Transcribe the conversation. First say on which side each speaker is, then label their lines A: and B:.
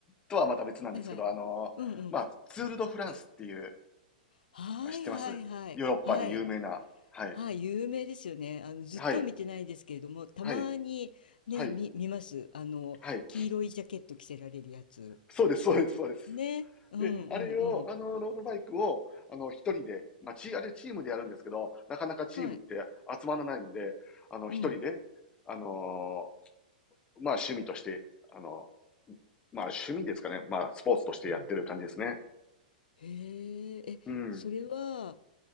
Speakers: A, on the left; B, on the left.
A: とはまた別なんですけど、
B: はいはい。
A: あの、
B: うん
A: まあ、ツール・ド・フランスっていう、
B: はいはいはい。
A: 知ってますヨーロッパで有名な。
B: はい。
A: はい。
B: はい。有名ですよね。あの、ずっと見てないですけれども、
A: はい。
B: たまにね、
A: はい。はい。
B: 見、見ます。あの、
A: はい。
B: 黄色いジャケット着せられるやつ。
A: そうです、そうです、そうです。
B: ね。うんうんうん。
A: で、あれを、あの、ロードバイクを、あの、一人で、まあ、チーあれチームでやるんですけど、なかなかチームって集まらないので、
B: はい。
A: あの、
B: うん。
A: 一人で、あのまあ趣味として、あの、まあ趣味ですかね。まあスポーツとしてやってる感じですね。
B: うん。へえ。え、
A: うん。
B: それは、